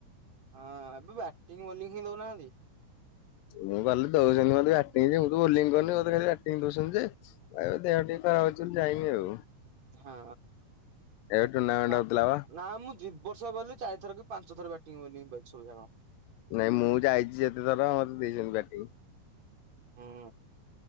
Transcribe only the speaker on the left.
ମୁଁ କହିଲି ଦଉଛନ୍ତି ମତେ ବଟିଂ ମୁଁ ତ ବୋଲି କରିନି ମୋତେ ଖାଲି ବ୍ୟାଟିଂ ଦଉଛନ୍ତି ଯେ ଦେହ ଟିକେ ଖରାପ ଅଛି ବୋଲି ଯାଇନି ଆଉ।
ଏବେ ଟୁର୍ଣ୍ଣାମେଣ୍ଟ
ହଉଥିଲା ବା
ନାଇଁ ମୁଁ ଯାଇଛି ଯେତେଥର ମତେ ଦେଇଛନ୍ତି ବ୍ୟାଟିଂ।